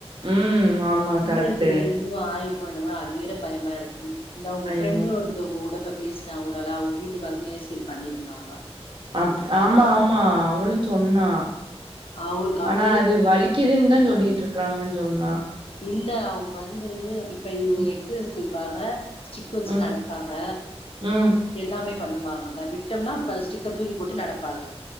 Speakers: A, on the right; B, on the left.
A: ம் ஆமா
B: என்ன
A: கரெக்ட்டு
B: இருக்குது இது ஆறிறு என்னமோ என்னமோ அது வேற பயமா இருக்கு இந்த உங்க
A: பயமா
B: ஃப்ரெண்ட்டு ஒருத்தவங் கூட இப்பப் பேசுனா கூடலா அவங்க வீட்டுக்காருக்கு ஏ சி யல் பண்ணிருந்தாளா பண்ணியிருந்தாங்களா
A: ஆம்த்து ஆமா ஆமா அவளுஞ் சொன்னா
B: அவருக்கு அப்டியே
A: ஆனா அது வலிக்குதுன்தா சொல்லிட்ருக் க்கறாங்கன் சொன்னா
B: இல்ல அவங்க வந்து இப் இப்பயு <unintelligible>
A: ம்
B: அ ஸ்டிக்கு வெச்சு
A: ம்
B: நடப்பாங்க
A: ம்
B: எல்லாமே பண்ணுமா அத விட்டம்னா அப்ப ஸ்டிக்க தூக்கி போட்டு நடப்பாங்க